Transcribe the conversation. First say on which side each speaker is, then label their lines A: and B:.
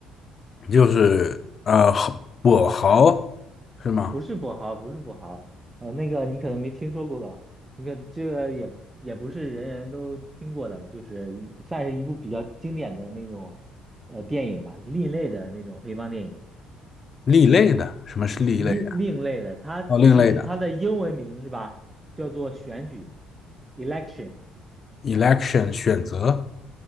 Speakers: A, on the left; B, on the right.
A: 就是呃，跛豪是吗？
B: 不是跛豪，不是跛豪，呃，那个你可能没听说过吧？那个这个也也不是人人都听过的，就是一算是一部比较经典的那种呃电影吧，另类的那种黑帮电影。
A: 另类的，什么是另类的？
B: 另另类的，它其实它的英文名是吧，
A: 哦，另类的
B: 叫做选举 （election）
A: ，election 选择，